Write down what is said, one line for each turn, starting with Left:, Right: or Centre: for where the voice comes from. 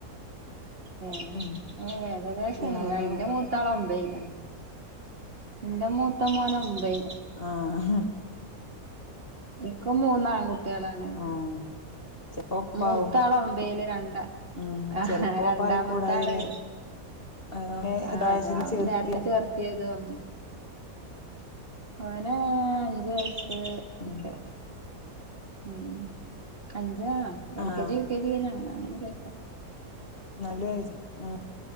Right: ഏ
Left: ഉം
Right: ഏ ഏകദേശം
Left: ഇയാളതോ
Right: അയിന്റെ മൂത്താള ഓംപത്തില് എന്റെ മൂത്ത മോന ഒമ്പൈല്
Left: ആഹാ
Right: ഇക്ക് മൂന്നാആൺകുട്ടികളാണ്
Left: ആഹ് ചെലപ്പോ ഒപ്പാവും
Right: മൂത്താള ഒമ്പയില് രണ്ടാ
Left: ഉം
Right: ആ
Left: ചെലപ്പോ
Right: ഹാ രണ്ടാമതാള്
Left: ഒപ്പായിക്കൂടായില്ല ഓനെ
Right: ആ
Left: എത്ര വയസ്സില്
Right: അതാ
Left: ചേർത്തിയെ
Right: നേരത്തെ ചേർത്തിയതും ഓനാ അഞ്ച് വയസ്
Left: ഉം
Right: ഒക്കെ ഉം അ ജാ എൽ
Left: ആഹ്
Right: കെ ജി യു കെ ജി അങ്ങനെ അങ്ങനെ ചേ
Left: നല്ല ആ